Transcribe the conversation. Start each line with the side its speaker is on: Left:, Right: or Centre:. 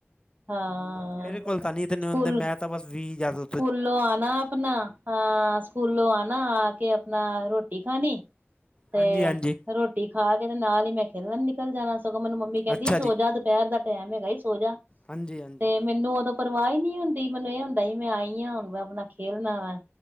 Right: ਹਾਂ
Left: ਨਾ ਮੇਰੇ ਕੋਲ ਤਾਂ ਨਹੀਂ ਇਤਨੇ
Right: ਸਕੂਲ
Left: ਹੁੰਦੇ ਮੈਂ ਤਾਂ ਬਸ ਵੀ ਜਾਦਾ
Right: ਸਕੂਲੋਂ ਆਨਾ ਆਪਣਾ ਹਾਂ ਸਕੂਲੋਂ ਆਣਾ ਆ ਕੇ ਆਪਣਾ ਰੋਟੀ ਖਾਣੀ ਤੇ
Left: ਹਾਂਜੀ ਹਾਂਜੀ
Right: ਰੋਟੀ ਖਾ ਕੇ ਤੇ ਨਾਲ ਹੀ ਮੈਂ ਖੇਲਣ ਨਿਕਲ ਜਾਣਾ ਸਗੋਂ ਮੈਨੂੰ ਮੰ ਮੰਮੀ ਕੈੰਦੀ
Left: ਅੱਛਾ
Right: ਸੋਜਾ
Left: ਜੀ
Right: ਦੁਪੈਰ ਦਾ ਟੈਮ ਹੈਗਾ ਸੀ ਸੋਜਾ
Left: ਹਾਂਜੀ ਹਾਂਜੀ
Right: ਤੇ ਮੈਨੂੰ ਉਦੋਂ ਪਰਵਾਹ ਹੀ ਨੀ ਹੁੰਦੀ ਮੈਨੂੰ ਏ ਹੁੰਦਾ ਸੀ ਮੈਂ ਆਈ ਹਾਂ ਹੁਣ ਮੈਂ ਆਪਣਾ ਖੇਲਣਾ ਵੈ।